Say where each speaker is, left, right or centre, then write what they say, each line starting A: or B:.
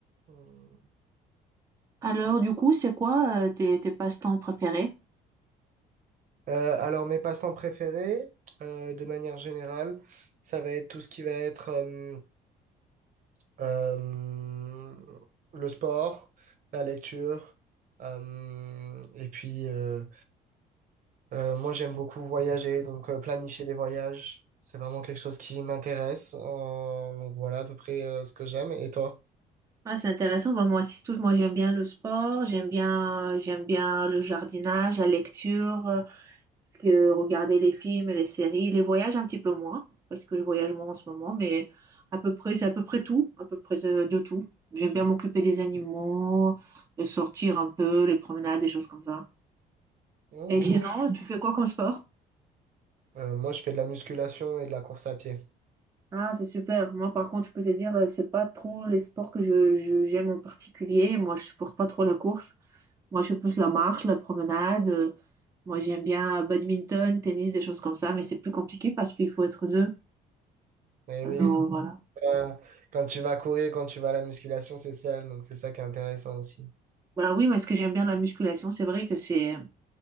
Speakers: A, on the right; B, on the right.
A: Hmm.
B: Alors, du coup, c'est quoi euh, tes, tes passe-temps préférés?
A: Euh, alors, mes passe-temps préférés, euh, de manière générale, ça va être tout ce qui va être euh, euh, le sport, la lecture, euh, et puis, euh, Euh, moi, j'aime beaucoup voyager, donc euh, planifier des voyages, c'est vraiment quelque chose qui m'intéresse. Euh, donc voilà à peu près euh, ce que j'aime. Et toi?
B: Ah, c'est intéressant. Bah, moi aussi, tout. Moi, j'aime bien le sport, j'aime bien, j'aime bien le jardinage, la lecture, euh, que regarder les films et les séries, les voyages un petit peu moins, parce que je voyage moins en ce moment, mais à peu près, c'est à peu près tout, à peu près euh, de tout. J'aime bien m'occuper des animaux, euh, sortir un peu, les promenades, des choses comme ça.
A: Ok.
B: Et sinon, tu fais quoi comme sport?
A: Euh, moi, je fais de la musculation et de la course à pied.
B: Ah, c'est super. Moi, par contre, je peux te dire, euh, c'est pas trop les sports que je, je- j'aime en particulier. Moi, je supporte pas trop la course. Moi, je suis plus la marche, la promenade. euh, Moi, j'aime bien badminton, tennis, des choses comme ça, mais c'est plus compliqué parce qu'il faut être deux.
A: Mais
B: Alors,
A: oui,
B: Mhm. voilà.
A: euh, quand tu vas courir, quand tu vas à la musculation, c'est sale, donc c'est ça qui est intéressant aussi.
B: Voilà, oui, mais ce que j'aime bien de la musculation, c'est vrai que c'est,